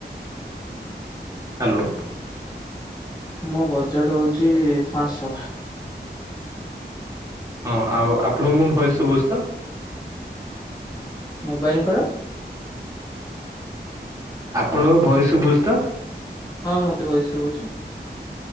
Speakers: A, on the right (about 20°); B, on the left (about 20°).
A: hello.
B: ମୋ ବଜେଟ ହଉଛି ପାଁଶ ଟଙ୍କା।
A: ହଁ ଆଉ ଆପଣଙ୍କୁ ମୁ ଭୟସ ସୁଭୁଚି ତ।
B: ମୋବାଇଲଙ୍କର
A: ଆପଣଙ୍କ ଭଏୟ ଶୁଭୁଚି ତ।
B: ହଁ ମତେ ଭଏସ ଶୁଭୁଚି।